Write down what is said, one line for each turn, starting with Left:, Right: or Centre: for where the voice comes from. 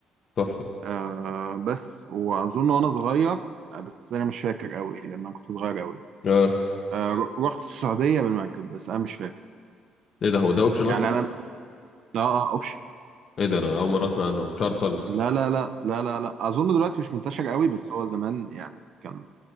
Left: تحفه
Right: أه بس واظن وانا صغير آه، بس انا مش فاكر قوي لان انا كنت صغير قوي
Left: اه
Right: أه ر- رحت السعوديه بالمركب بس انا مش فاكر
Left: ايه ده هو ده اوبشن
Right: يعني
Left: اصلا
Right: انا اه اه اوبشن
Left: ايه ده انا اول مره اسمع عنه ما كنتش عارف خالص
Right: لا لا لا لا لا لا اظن دلوقتي مش منتشر قوي بس هو زمان يعني كان